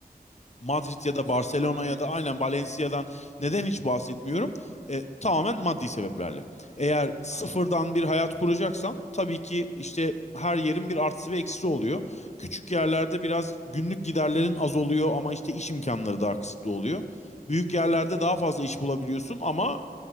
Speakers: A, on the left; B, on the right.
A: Madrid
B: Barcelona,
A: ya da Barcelona
B: Madrid.
A: ya da aynen Valencia'dan
B: He,
A: neden hiç bahsetmiyorum? E, tamamen maddi sebeplerle. Eğer sıfırdan
B: anladım.
A: bir hayat kuracaksan tabii ki işte her yerin bir artısı ve eksisi oluyor. Küçük yerlerde biraz günlük giderlerin az oluyor ama işte iş imkanları daha kısıtlı oluyor. Büyük yerlerde
B: Hmm.
A: daha fazla iş bulabiliyorsun ama